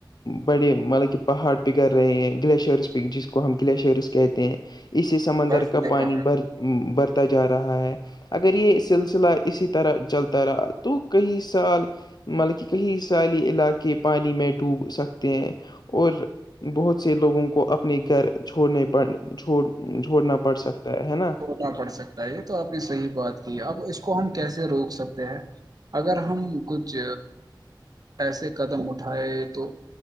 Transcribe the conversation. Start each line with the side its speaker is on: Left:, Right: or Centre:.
Left: بڑے مطلب کہ پہاڑ پکڑ رہے ہیں گلیشیئرس پ جس کو ہم گلیشیئرس کہتے ہیں اسے سمندر
Right: برفیلے
Left: کا پانی
Right: پہاڑ
Left: بھر برتا جا رہا ہے اگر یہ سلسلہ اسی طرح چلتا رہا تو کئی سال مطلب کہ کہئی س سالی علاقے پانی میں ڈوب سکتے ہیں اور بہت سے لوگوں کو اپنے گھر چھوڑنے پڑ چھڑ چھوڑنا پڑ سکتا ہے ہے نا
Right: نا پڑ سکتا ہے یہ تو آپ نے صحیح بات کی ہے اب اس کو ہم کیسے روک سکتے ہیں اگر ہم کچھ ایسے قدم اٹھائے تو